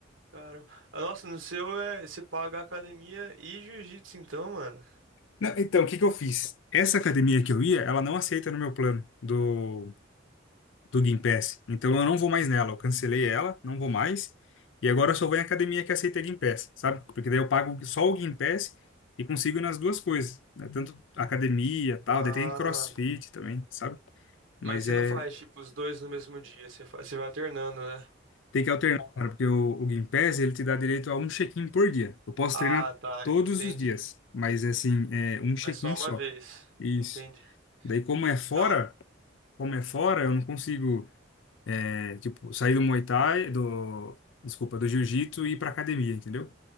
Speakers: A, on the right; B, on the left.
A: caramba. Ah, Nossa, no seu é, você paga academia e jiu-jitsu então, mano.
B: Não, então, o que que eu fiz? Essa academia que eu ia, ela não aceita no meu plano do, do Gympass. Então eu não vou mais nela. Eu cancelei ela, não vou mais. E agora eu só vou em academia que aceita Gympass, sabe? Porque daí eu pago só o Gympass e consigo ir nas duas coisas, né? Tanto academia, tal,
A: Ah.
B: daí tem CrossFit também, sabe? Mas
A: Mas você
B: é,
A: não faz, tipo, os dois no mesmo dia, você faz, você vai alternando, né?
B: Tem que alternar, cara, porque o, o Gympass, ele te dá direito a um check-in por dia. Eu posso
A: Ah,
B: treinar
A: tá,
B: todos
A: entendi.
B: os dias, mas assim, é um check-in
A: Mas só uma
B: só.
A: vez.
B: Isso.
A: Entendi.
B: Daí, como é fora,
A: Então,
B: como é fora, eu não consigo, é, tipo, sair do Muay Thai, do, desculpa, do Jiu-Jitsu e ir pra academia, entendeu?